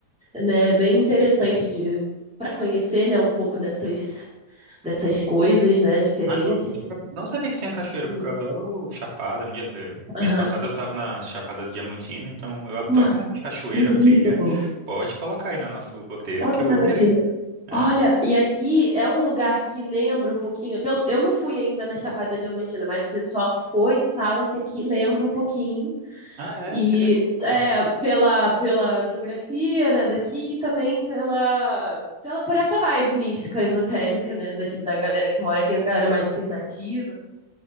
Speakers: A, in the centre; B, on the right (about 35°).
A: né, bem interessante de para conhecer, né, um pouco dessas dessas coisas, né, diferentes.
B: Ah, eu adoro. não sabia que tinha cachoeira,
A: Hum,
B: porque eu adoro chapada. Um dia, eh,
A: Aham.
B: mês passado eu tava na Chapada Diamantina, então eu adoro
A: Ah,
B: né, cachoeira,
A: que Incrível.
B: trilha. Pode colocar aí no nosso roteiro
A: Olha
B: que
A: que
B: eu
A: maravilha.
B: vou querer. É.
A: Olha, e aqui é um lugar que lembra um pouquinho. pelo- Eu não fui ainda na Chapada Diamantina, mas o pessoal que foi fala que aqui lembra um pouquinho.
B: Ah, é?
A: E
B: Que delícia.
A: é, pela, pela geografia, né, daqui e também pela, pela, por essa vibe mística, esotérica, né, da, da galera que mora aqui, é uma galera mais alternativa.